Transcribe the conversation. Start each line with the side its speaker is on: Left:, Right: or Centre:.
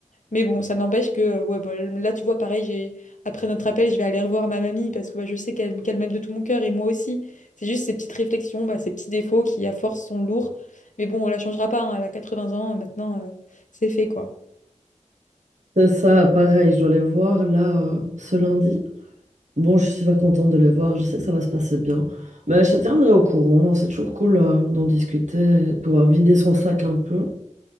Left: Mais bon, ça n'empêche que, euh, ouais, bah, là, tu vois, pareil, j'ai, après notre appel, je vais aller revoir ma mamie parce que bah, je sais qu'elle qu'elle m'aime de tout mon cœur et moi aussi. C'est juste ces petites réflexions, bah, ces petits défauts qui, à force, sont lourds. Mais bon, on la changera pas, hein, elle a vingts ans, maintenant, euh, c'est fait, quoi.
Right: C'est ça, pareil, je dois les voir là euh, ce lundi. Bon, je suis super contente de les voir, je sais que ça va se passer bien. Mais je te tiendrai au courant, c'est toujours cool euh, d'en discuter, et de pouvoir vider son sac un peu.